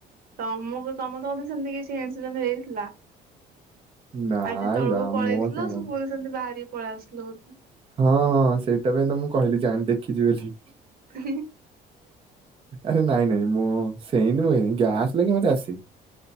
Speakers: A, on the right; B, on the right.
A: ତମୁକୁ ତମ ତ <unintelligible> ସେମତି କିଛି ଇନ୍ସିଡେଣ୍ଟ ହେଇଥିଲା।
B: ନାଇଁ
A: ମାଟି ତଳୁକୁ
B: ବା
A: ପଳେଇଥିଲ
B: ମୋ ସାଙ୍ଗ
A: ସବୁବେଳେ ସେମତି ବାହାରିକି ପଳେଆସିଲ ବୋଧେ।
B: ହଁ, ସେଟା ପାଇଁ ତ ମୁଁ କହିଲି ଜାଣି, ଦେଖିଛି ବୋଲି।
A: ହିଁ ହିଁ।
B: ଆରେ ନାଇଁ, ନାଇଁ ମୁଁ ସେ <unintelligible> ଗ୍ୟାସ୍ ଲଗେଇ ମତେ ଆସିନ୍।